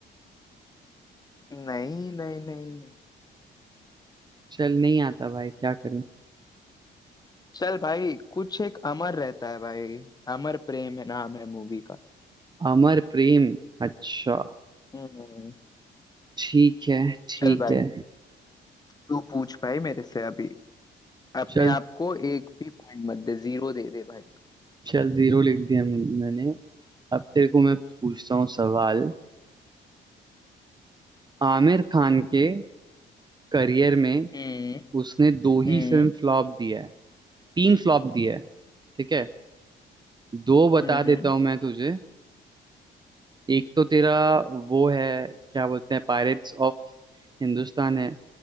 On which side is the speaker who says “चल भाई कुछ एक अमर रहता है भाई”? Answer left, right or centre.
Left